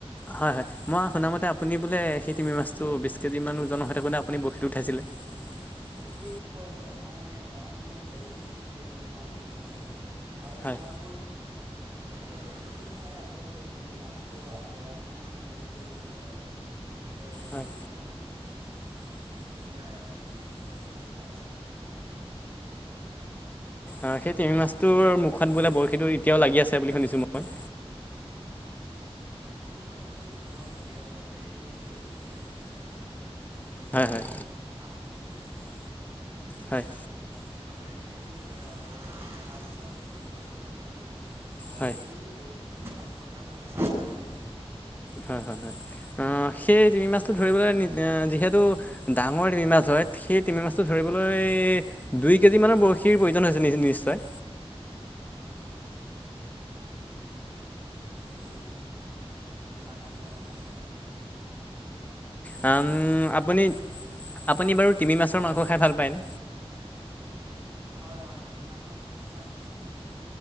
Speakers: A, on the left; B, on the right.
A: হয় হয় মই শুনামতে আপুনি বোলে সেই তিমি মাছটো বিশ কেজি মান ওজনৰ হৈ থাকোতে আপুনি বৰশি উঠাইছিলে উ
B: হয় হয় মই এটা সময়ত বৰশীত দি সেই তিমি মাছটো উঠাইছিলো আৰু
A: হয়
B: মই খপি চেপি খাই আকৌ সেই তিমি মাছটো আঁতৰাই মানে আকৌ থৈ দিলোঁ তাতে সেইবাবে এইটো
A: হয়
B: এতিয়াও জি আছে জীয়াই আছে মানে জীৱিত অৱস্থা তাত আছে
A: আহ সেই তিমি মাছটোৰ মুখত বোলে বৰশীটো এতিয়াও লাগি আছে বুলি শুনিছো মই
B: অঁ হয়তো এতিয়াও লাগি আছে সেই মানে যিহেতু সেই তিমি
A: হয় হয়
B: মাছটো বুঢ়া হৈছে এতিয়া
A: হয়
B: সেইবাবে সেই মানে গা এছাত মাছটো সৰি গ'ল আৰু
A: হয়
B: সেই বৰশীটো দাঁতৰ কাম কৰিছে বুলি মই এতিয়া শুনো
A: হয় হয় হয় অ সেই তিমি মাছটো ধৰিবলৈ যিহেতু ডাঙৰ তিমি মাছ হয় সেই টিমি মাছটো ধৰিবলৈ দুই কেজি মানৰ বৰশীৰ প্ৰয়োজন হৈছে নিশ্চয়
B: মানে লাগি লাগিছে আৰু
A: উম আপুনি আপুনি বাৰু তিমি মাছৰ
B: অঁ
A: মাংস খাই ভাল পায়নে
B: হয় হয় তিমি মাছৰ মাংস খাই মই ভাল পাওঁ